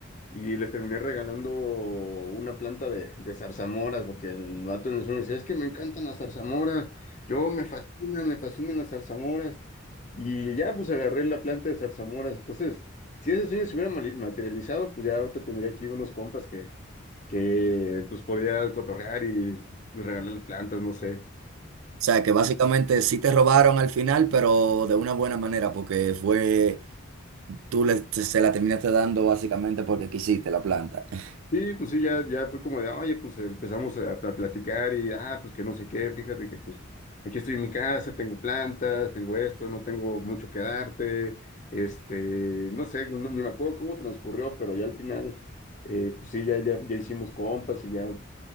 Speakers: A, on the left (about 35°); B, on the right (about 85°).
A: y les terminé regalando una planta de, de zarzamoras, porque el vato en el sur me decía, es que me encantan las zarzamoras, yo me fascinan, me fascinan las zarzamoras. Y ya pues agarré la planta de zarzamoras. Entonces, si ese sueño se hubiera mali- materializado, pues ya ahorita tendría aquí unos compas que, que pues podría cotorrear y regalarle plantas, no sé.
B: O sea, que básicamente sí te robaron al final, pero de una buena manera, porque fue, tú le- se se la terminaste dando básicamente porque quisiste la planta. <laughs>
A: Sí, pues sí, ya, ya fue como de, oye, pues empezamos a, a platicar y, ah, pues que no sé qué, fíjate que pues aquí estoy en mi casa, tengo plantas, tengo esto, no tengo mucho que darte, este, no sé, no- ni me acuerdo cómo transcurrió, pero ya al final, eh, pues sí, ya, ya, ya hicimos compas y ya, pues